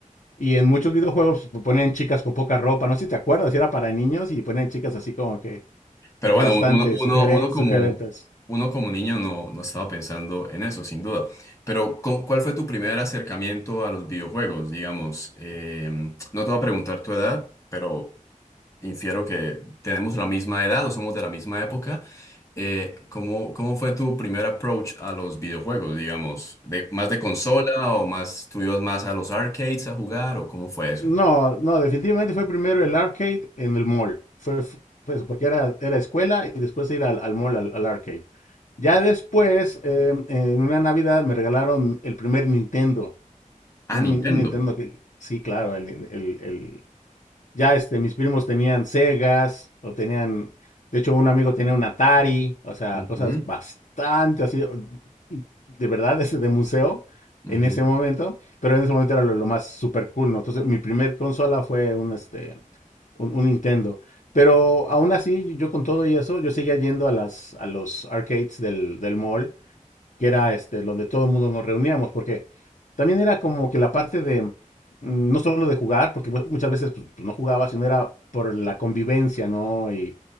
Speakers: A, on the left; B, on the left.
A: Y en muchos videojuegos pues, ponían chicas con poca ropa, no sé si te acuerdas, si era para niños y ponían chicas así como que,
B: Pero
A: pues
B: bueno,
A: bastante
B: uno,
A: sugere-
B: uno, uno como,
A: sugerentes.
B: uno como niño no, no estaba pensando en eso, sin duda. Pero, ¿cu- ¿cuál fue tu primer acercamiento a los videojuegos? Digamos, Eh, no te voy a preguntar tu edad, pero infiero que tenemos la misma edad o somos de la misma época. eh, ¿cómo, cómo fue tu primer approach a los videojuegos, digamos? De, ¿más de consola o más tú ibas más a los arcades a jugar o cómo fue eso?
A: No, no, definitivamente fue primero el arcade en el mall. Fue, fue eso, porque era, era escuela y después ir al, al mall, al, al arcade. Ya después, em, en una Navidad, me regalaron el primer Nintendo.
B: Ah,
A: Un,
B: Nintendo.
A: Nin- un Nintendo que, sí, claro, el, el, el- ya este, mis primos tenían Segas, o tenían, de hecho, un amigo tenía un Atari, o sea,
B: Ujú,
A: cosas bastante así, o- de verdad, <laughs> ese de museo
B: ujú.
A: en ese momento, pero en ese momento era lo, lo más super cool, ¿no? Entonces, mi primer consola fue un, este, un, un Nintendo. Pero aún así, yo con todo y eso, yo seguía yendo a las, a los arcades del, del mall que era este, donde todo el mundo nos reuníamos, porque también era como que la parte de, mm, no solo de jugar, porque mu- muchas veces pues, pues, no jugaba, sino era por la convivencia, ¿no? Y,